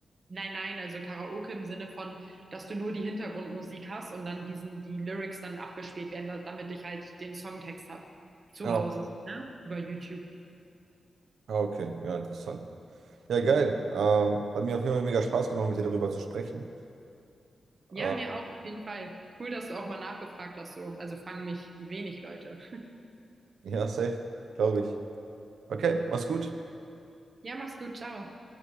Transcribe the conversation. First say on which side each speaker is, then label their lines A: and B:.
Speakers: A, on the right; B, on the right.
A: Nein, nein, also Karaoke im Sinne von, dass du nur die Hintergrundmusik hast und dann diesen, die Lyrics dann abgespielt werden, da, damit ich halt den Songtext habe. Zu
B: Ja,
A: Hause, so, ne? Über YouTube.
B: Ah, okay, ja, interessant. Ja, geil. Ähm, hat mir auf jeden Fall mega Spaß gemacht, mit dir darüber zu sprechen.
A: Ja,
B: Äh,
A: mir auch auf jeden Fall. Cool, dass du auch mal nachgefragt hast, so. Also fragen mich wenig Leute.
B: ja, safe, glaube ich. Okay, mach's gut.
A: Ja, mach's gut, ciao.